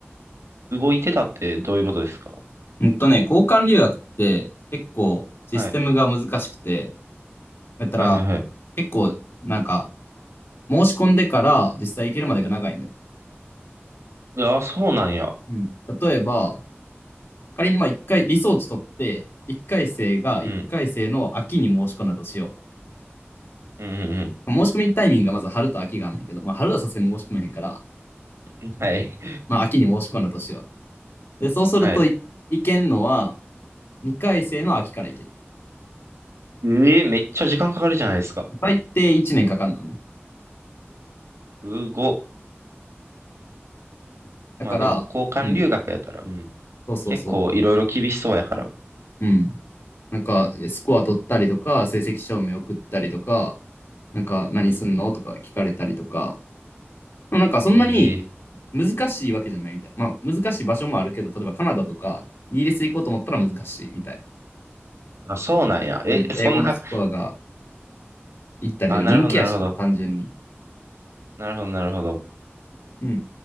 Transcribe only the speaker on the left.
うんとね、交換留学って、結構、システムが難しくて、
やったら、
結構、なんか、申し込んでから実際行けるまでが長いのよ。
うん例えば、仮にまあ一回、リソーチ取って、一回生が一回生の秋に申し込んだとしようと。
申し込みタイミングがまず春と秋があんねんけど、まあ春はさすがに申し込めへんから、
まあ秋に申し込んだとしようと。で、そうするとい、
行けんのは二回生の秋から行ける。
最低一年かかんのね。
だから、
うん、
そうそうそ
う。うん。なんか、スコア取ったりとか、成績証明送ったりとか、なんか、何すんのとか聞かれたりとか、
でもなんかそんなに
難しいわけじゃないみたい。まあ難しい場所もあるけど、例えばカナダとかイギリス行こうと思ったら難しいみたい。
うん。英語のスコアが
行ったりとか人気やしね、
単純に。
うん。